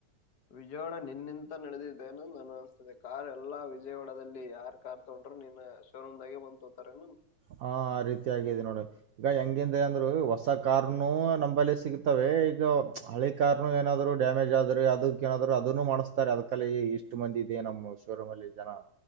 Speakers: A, on the left; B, on the right.
A: ವಿಜಯವಾಡ ನಿನ್ನಿಂತ ನಡೆದಿದ್ದೇನ ನನ್ ಅನ್ಸ್ತಿದೆ ಕಾರ್ ಎಲ್ಲಾ ವಿಜಯವಾಡದಲ್ಲಿ ಯಾರ್ ಕಾರ್ ತಗೊಂಡ್ರರು ನಿನ್ನ ಶೋರೂಮ್ದಾಗೆ ಬಂದ ತೋತಾರೆ
B: ಹಾ ಆ ರೀತಿ ಆಗಿದೆ ನೋಡ ಈಗ ಹೆಂಗಿಂದ ಅಂದ್ರು ಹೊಸ ಕಾರ್ನುೂ ನಂಬಲ್ಲಿ ಸಿಗ್ತವೆ ಈಗ ಹಳಿ ಕಾರ್ನು ಏನಾದ್ರು ಡ್ಯಾಮೇಜ್ ಆದ್ರೆ ಅದ ಏನಾದ್ರು ಅದನ್ನು ಮಾಡಿಸ್ತಾರೆ ಅದ್ಕಲ್ಲಿ ಇಷ್ಟು ಮಂದಿ ಇದೆ ನಮ್ಮ್ ಶೋರೂಮ್ ಅಲ್ಲಿ ಜನ